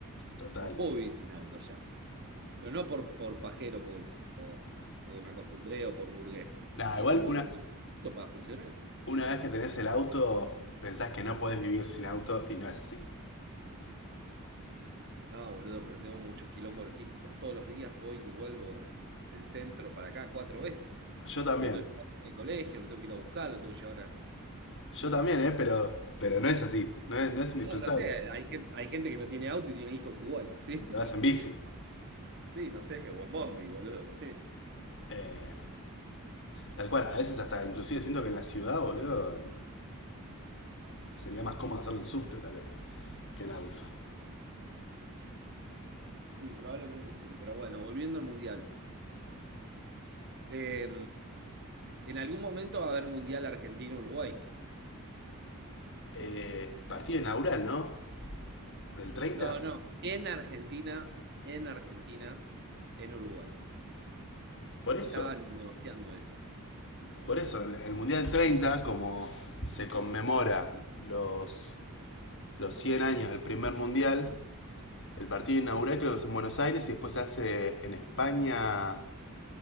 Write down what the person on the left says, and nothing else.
total.
Nada,
igual
una,
una vez que tenés el auto, pensás que no podés vivir sin auto y no es así.
Yo también.
Yo también,
¿eh? Pero, pero no es así. No es, no es indispensable.
Lo vas en bici.
Eh, tal cual, a veces hasta inclusive siento que en la ciudad, boludo, sería más cómodo hacerlo en subte, tal vez. que en auto.
Eh, partido inaugural, ¿no? ¿Del treinta.
Por
eso.
Por eso, en el Mundial treinta como se conmemora los, los 100 años del primer Mundial, el partido inaugural creo que es en Buenos Aires y después se hace en España,